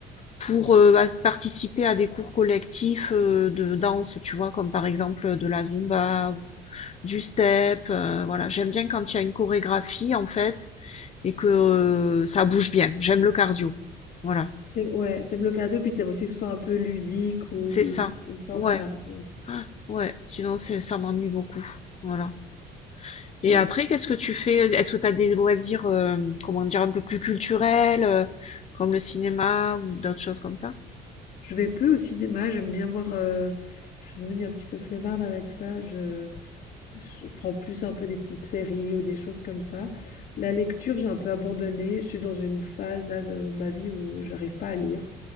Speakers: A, on the left; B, on the left.
A: pour euh, à- participer à des cours collectifs euh, de danse, tu vois, comme par exemple de la Zumba ou du step. euh, voilà, j'aime bien quand il y a une chorégraphie, en fait et que euh, ça bouge bien. J'aime le cardio. Voilà,
B: T'aimes- Ouais, t'aimes le cardio, puis t'aimes aussi que ce soit un peu ludique ou,
A: c'est ça.
B: ou sympa.
A: Ouais,
B: Ouais.
A: Ah, ouais. Sinon, c'est ça m'ennuie beaucoup. Voilà. Et
B: Hein,
A: après, qu'est-ce que tu fais? Est-ce que tu as des loisirs, euh, comment dire, un peu plus culturels, euh, comme le cinéma ou d'autres choses comme ça?
B: Je vais peu au cinéma, j'aime bien voir... euh, Je suis devenue un petit peu flemmarde avec ça. Je, je prends plus un peu des petites séries ou des choses comme ça. La lecture, j'ai un peu abandonné. Je suis dans une phase là de ma vie où j'arrive pas à lire.